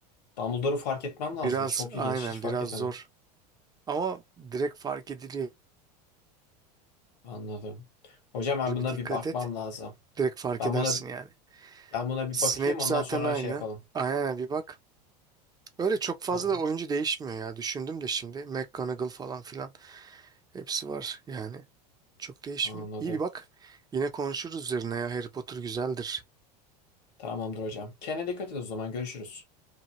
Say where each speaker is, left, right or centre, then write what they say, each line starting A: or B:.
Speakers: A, on the left; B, on the right.
A: Dumbledore'u fark etmem
B: biraz
A: lazımdı. Çok
B: aynen
A: ilginç. Hiç fark
B: biraz
A: etmedim.
B: zor. Ama direkt fark ediliyor.
A: Anladım. Hocam ben
B: Böyle
A: buna
B: bir dikkat
A: bir bakmam
B: et.
A: lazım.
B: Direkt fark
A: Ben
B: edersin
A: buna
B: yani.
A: ben buna bir
B: Snape
A: bakayım ondan
B: zaten
A: sonra
B: aynı.
A: şey yapalım.
B: Aynen bir bak. Öyle çok fazla
A: Tamam.
B: da oyuncu değişmiyor ya. Düşündüm de şimdi. McGonagall falan filan hepsi var yani. Çok değişmiyor.
A: Anladım.
B: İyi bir bak. Yine konuşuruz üzerine ya. Harry Potter güzeldir.
A: Tamamdır hocam. Kendine dikkat et o zaman. Görüşürüz.